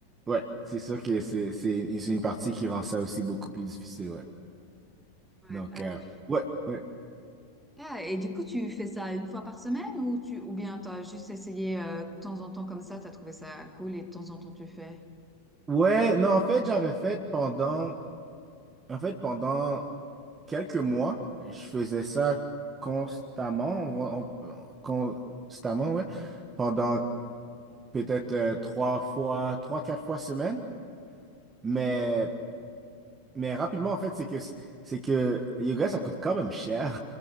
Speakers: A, on the right (about 20°); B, in the centre.
A: ouais, c'est sûr que c'est c'est c'est une partie qui rend ça aussi beaucoup plus difficile, ouais.
B: Ouais,
A: Donc,
B: hop.
A: euh, ouais, ouais,
B: Ah, et du coup, tu fais ça une fois par semaine ou tu ou bien t'as juste essayé euh, de temps en temps comme ça, t'as trouvé ça cool et de temps en temps tu fais.
A: ouais, non, en fait, j'avais fait pendant, en fait, pendant quelques mois, je faisais ça constamment, on, on- constamment, ouais pendant peut-être euh, trois fois, trois, quatre fois semaine. Mais, mais rapidement, en fait, c'est que, c'est que le yoga, ça coûte quand même cher,